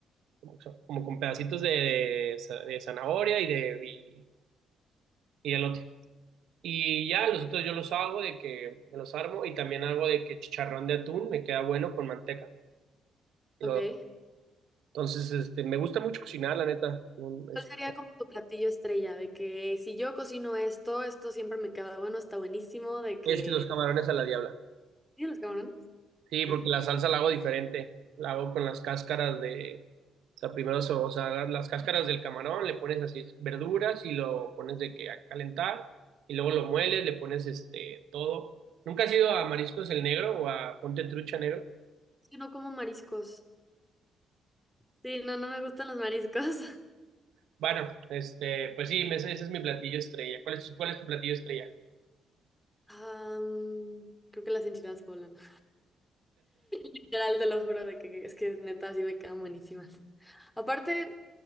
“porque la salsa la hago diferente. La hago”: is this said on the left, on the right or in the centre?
Right